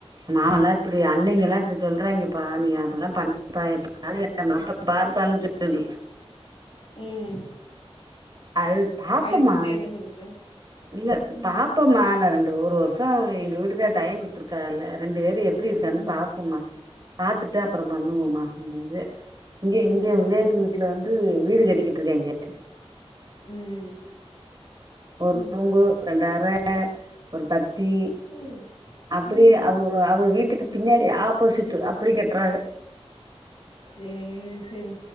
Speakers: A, on the right; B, on the left.
A: மாமல்லா இப்டி அண்ணங்கல்லா இப்டி சொல்றாய்ங்கப்பா நீ அப்பில்லா பண்ணப்பா <inaudible> எப்பயாது நீ மாப்ள பாருப்பானு சொல்லுது
B: ம்
A: அது பாப்பம்மா
B: அதுக்கு சித்தி என்ன சொன்னுச்சு
A: இல்ல
B: ம்
A: பாப்பம்மா நா ரெண்டு ஒரு வருஷ எங்க வீட்டுக்கார் டைம் குடுத்துருக்கால ரெண்டு பேரு எப்படி இருக்கான்னு
B: ம்
A: பாப்போம பாத்துட்டு அப்புறோ பண்ணுவோமா அப்டின் இங்க இங்க விவேக் வீட்டுல வந்து வீடு கட்டிக்கிட்டு இருக்காய்ங்க.
B: ம்
A: ஒரு
B: ம்
A: ரூம்பு ரெண்டு அற அ ஒரு பத்தி
B: ம்
A: அப்படியே
B: ம்
A: அவக அவக வீட் டுக்கு பின்னாடி ஆப்போசிட் அப்படி கட்றாங்க
B: சேர் சேரி